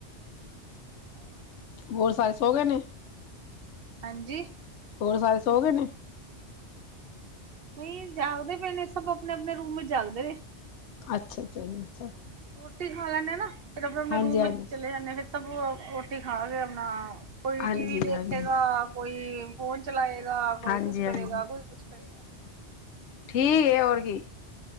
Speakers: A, on the right; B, on the left.
A: ਹੋਰ ਦੱਸੋ।
B: ਹੋਰ ਸਾਰੇ ਸੋ ਗਏ ਨੇਂ।
A: ਹਾਂਜੀ
B: ਹੋਰ ਸਾਰੇ ਸੋ ਗਏ ਨੇਂ
A: ਨਈਂ ਜਾਗਦੇ ਪਏ ਣੇ, ਸਭ ਆਪਣੇ-ਆਪਣੇ ਰੂਮ ਵਿੱਚ ਜਾਗਦੇ ਨੇਂ।
B: ਅੱਛਾ ਜੀ <unintelligible>
A: ਰੋਟੀ ਖਾ ਲੈਂਣੇ ਆ ਨਾਂ ਫਿਰ ਆਪਣੇ-ਆਪਣੇ
B: ਹਾਂਜੀ
A: ਰੂਮ
B: ਹਾਂਜੀ।
A: ਵਿੱਚ ਚਲੇ ਜਾਂਣੇ। ਫਿਰ ਸਭ ਰੋਟੀ ਖਾ ਕੇ ਆਪਣਾ ਕੋਈ
B: ਹਾਂਜੀ
A: ਟੀ ਵੀ ਦੇਖੇਗਾ
B: ਹਾਂਜੀ
A: ਕੋਈ ਫੋਨ ਚਲਾਏਗਾ, ਕੋਈ
B: ਹਾਂਜੀ
A: ਕੁਛ ਕਰੇਗਾ,
B: ਹਾਂਜੀ
A: ਕੋਈ ਕੁਛ ਕਰੇਗਾ।
B: ਠੀਕ ਐ, ਹੋਰ ਕੀ